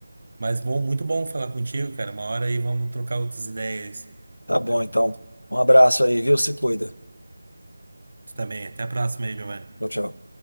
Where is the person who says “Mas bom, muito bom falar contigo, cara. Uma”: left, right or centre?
Right